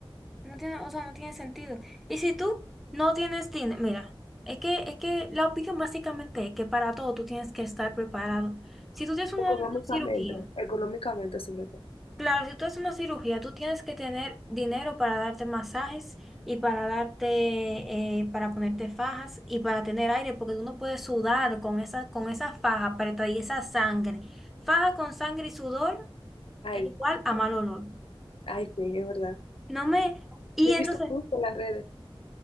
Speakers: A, in the centre; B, on the left (about 75°).
A: No tiene, o sea, no tiene sentido. Y si tú no tienes dinero, mira, es que, es que la opinión básicamente es que para todo tú tienes que estar preparado. Si tú tienes una
B: Económicamente,
A: una cirugía,
B: económicamente sobre todo.
A: Claro, si tú haces una cirugía, tú tienes que tener dinero para darte masajes y para darte, eh, para ponerte fajas y para tener aire, porque tú no puedes sudar con esa, con esa faja apretada y esa sangre. Faja con sangre y sudor
B: Ay,
A: es igual
B: ujú.
A: a mal olor.
B: ay, sí, es verdad.
A: No me, y
B: Yo he
A: entonces
B: visto mucho en las redes,